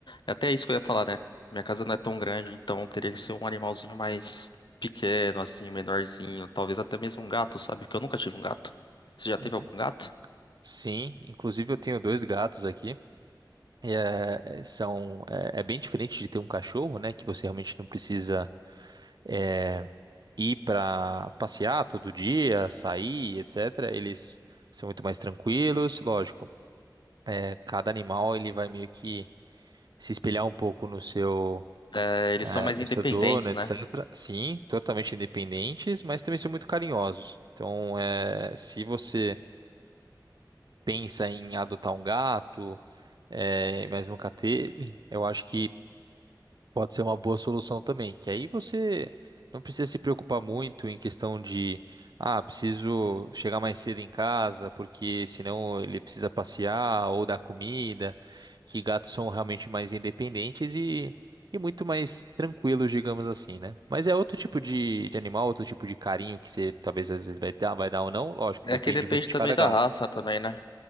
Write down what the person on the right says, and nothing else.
Uhum.
Sim, inclusive eu tenho dois gatos aqui. E, é, é, são, é, é bem diferente de ter um cachorro, né? Que você realmente não precisa. é, ir para passear todo dia, sair, etc. Eles são muito mais tranquilos, lógico. é, cada animal ele vai meio que se espelhar um pouco no seu
é,
no
seu dono, etc.
Sim, totalmente independentes, mas também são muito carinhosos. Então, é, se você pensa em adotar um gato, é, mas nunca teve, eu acho que Pode ser uma boa solução também, que aí você não precisa se preocupar muito em questão de, ah, preciso chegar mais cedo em casa, porque senão ele precisa passear ou dar comida, que gatos são realmente mais independentes e, e muito mais tranquilos, digamos assim, né? Mas é outro tipo de, de animal, outro tipo de carinho que você talvez às vezes vai dar, vai dar ou não, lógico,
depende
muito de
cada
gato.